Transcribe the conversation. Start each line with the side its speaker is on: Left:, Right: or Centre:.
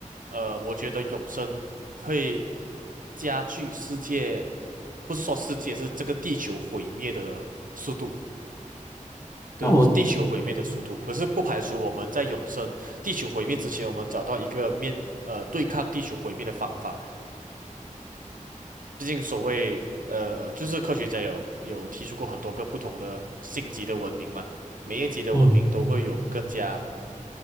Right: 呃，我觉得永生会加剧世界，不是说世界，是这个地球毁灭的速度。对，
Left: 那我
Right: 地球毁灭的速度，可是不排除我们在永生、地球毁灭之前，我们找到一个面，呃，对抗地球毁灭的方法。毕竟所谓呃，就是科学家有有提出过很多个不同的星级的文明嘛，每一级的文明都会有更加
Left: 嗯。